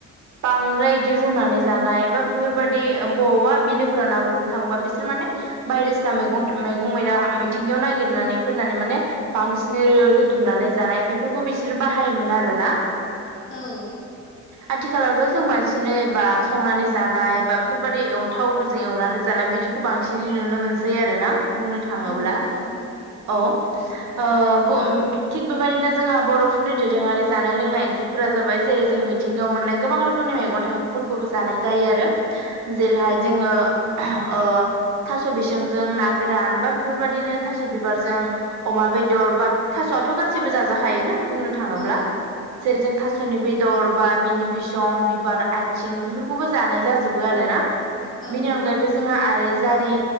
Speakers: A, on the right; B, on the left.
A: बांद्राय बिदि रुनानै जानाय एा बेफोरबदि बबावबा बिलोफोरा ना गुरनो थांबा बिसोर माने बायदिसिना मैगं मैगं मैला मिथिंगायाव ननायागिरनानै फोननानै माने बांसिनै रुदुमनानै जानाय बेफोरखौ बिसोरो बाहायोमोन आरोना।
B: औ।
A: आथिखालावथ' जों बांसिनै बा संनानै जानाय बा बेफोरबायाददि थावफोरजों एवनानै जानाय बिदिखौ बांसिनै नुनो मोनसै आरोना बुंनो थाङोब्ला
B: औ नोंथां
A: औ ओ थिग बेबायदिनो जोंहा बर'फोरनि दोरोङारि जानाय लोंनाय ओंख्रिफोरा जाबाय जेरै जों मिथिंगायाव मोननाय गोबां रोखोमनि मेगं थाइगंफोरखौबो जानाय जायो आरो जेरैहाय
B: औ
A: जोङो ओ थास' बिसंजों ना गोरान बा बेफोरबायदिनो थास' बिबारजों अमा बेदर बा थास'आथ' गासिबो जाजाखायोना बुंनो थाङोब्ला
B: औ
A: जेरै जों थास'नि बेदर बा बिनि बिसं बिबार आइथिंफोर खौबो जानाय जाजोबो आरोना
B: औ
A: बेनि
B: नोंथां
A: अनगायैबो जोङा आरो जारि